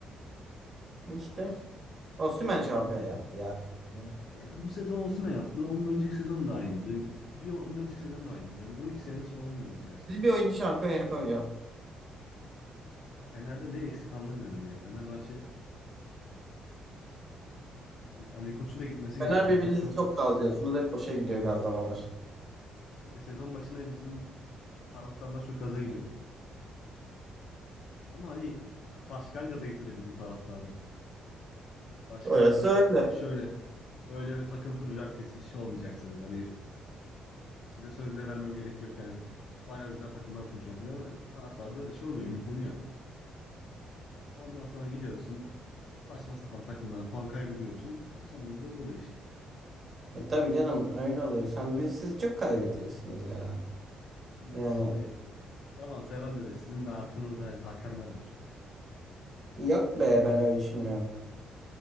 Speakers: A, on the right; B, on the left.
A: İşte Osimhen şampiyon
B: Sence
A: yaptı ya. Yani
B: ya bu sezon Osimhen yaptı. Ondan önceki sezon da aynıydı. Bir ondan önceki sezon da aynıydı. Yani 12 senedir şey olamıyoruz ya.
A: siz bir oyuncu şampiyon yapamıyor.
B: Ya Fener'de ne eksik anlamıyorum ya. Fenerbahçe hani Ali Koç'un da gitmesi gerekiyor.
A: Fener
B: Ali
A: birbirinizi
B: Koç yok.
A: çok gazlıyorsunuz. Hep boşa gidiyor gazlamalar.
B: Hani sezon başında bizim taraftarlar çok gaza geliyor. Ama hani başkan gaza getiriyor bizim taraftarı. Başkan
A: Orası öyle.
B: yok şöyle öyle bir takım kuracağım ki siz şey olmayacaksınız. Hani size söz bile vermeme gerek yok yani. Bayağı güzel takımlar kuracağım falan. Taraftar da şey oluyor ümitleniyor. Ondan sonra gidiyorsun saçma sapan takımlara puan kaybediyorsun. Sonucu bu oluyor işte.
A: E tabii canım öyle oluyor. Sen biz siz çok kaybediyorsunuz ya.
B: Şimdi
A: Yani
B: sizin de yalan sayılan dedi sizin de arkanızda yani hakemler var.
A: yok be ben öyle düşünmüyorum.